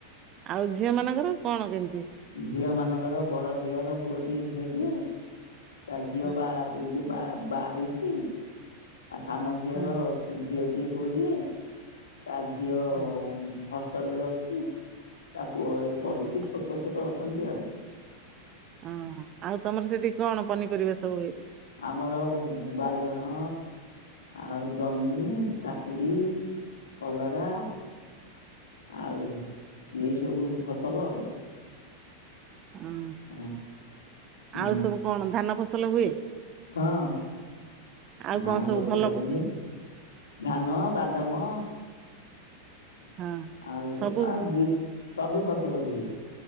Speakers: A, on the right; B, on the left.
A: ଆଉ ଝିଅ ମାନଙ୍କର କଣ କେମିତି
B: ଝିଅ ମାନଙ୍କର ବଡ ଝିଅର ପୁଅଟିଏ ଝିଅଟିଏ ତା ଝିଅ
A: ହୁଁ
B: ବା ଏଇ ଯୋଉ ବା ବାହା ହେଇଛି। ଆଉ ସାନ ଝିଅର
A: ହୁଁ
B: ଝି ଝିଅଟିଏ ପୁଅଟିଏ ତା ଝିଅ
A: ହୁଁ।
B: ହୁଁ ହଷ୍ଟେଲ ରେ ଅଛି ତା ପୁଅ ଏ ପଢୁଛି
A: ହୁଁ ହୁଁ
B: ଛୋଟ ଛୋଟ ଅଛନ୍ତି ଆଉ।
A: ଓହୋ ଆଉ ତମର ସେଠି କଣ ପନିପରିବା ସବୁ ହୁଏ ଏବେ?
B: ଆମର ଉ ବାଇଗଣ ଆଉ ଜହ୍ନି କାକୁଡି କଲରା ଆଉ ଏଇ ସବୁ ଫସଲ ଆଉ।
A: ହଁ
B: ହଁ ହଁ
A: ଆଉ ସବୁ କଣ ଧାନ ଫସଲ ହୁଏ?
B: ହଁ।
A: ଆଉ
B: ଧାନ
A: କଣ ସବୁ
B: ଫସଲ
A: ଭଲ ଫସ
B: ହୁଏ ଧାନ ବାଦାମ।
A: ହଁ
B: ଆଉ
A: ସବୁ
B: ଆଉ ଯୋ ସବୁ ଫସଲ ହୁଏ।